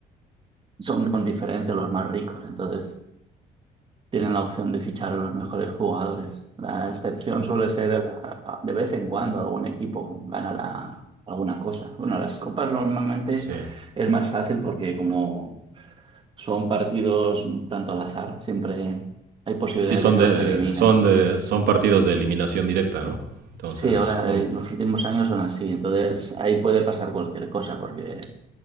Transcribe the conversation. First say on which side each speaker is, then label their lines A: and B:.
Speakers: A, on the right; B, on the right.
A: son con diferencia los más ricos, entonces tienen la opción de fichar a los mejores jugadores. La excepción suele ser la- de vez en cuando algún equipo gana la- alguna cosa. Bueno, las copas normalmente
B: Sí,
A: es más fácil porque como son partidos un tanto al azar, siempre hay posibilidades
B: sí son
A: de que
B: de,
A: los eliminen.
B: son de, son partidos de eliminación directa, ¿no? Entonces,
A: Sí, ahora
B: un,
A: eh, los últimos años son así, entonces ahí puede pasar cualquier cosa porque